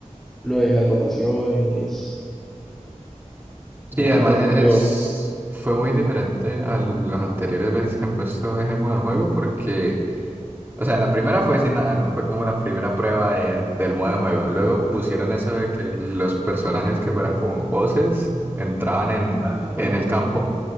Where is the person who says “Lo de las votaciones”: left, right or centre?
Centre